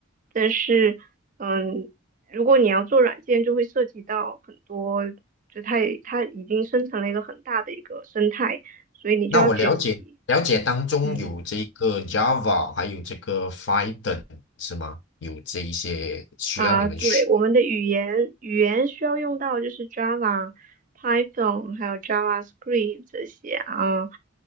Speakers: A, on the right (about 40°); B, on the left (about 60°).
A: 但是。嗯，如果你要做软件，就会涉及到很多，就它也它已经生成了一个很大的一个生态，所以你就要学习。
B: 那我了解了解当中有这个
A: 嗯
B: Java，还有这个 Python 是吗？有这一些需要你们学
A: 啊，对，我们的语言语言需要用到就是 Java、Python 还有 JavaScript 这些啊。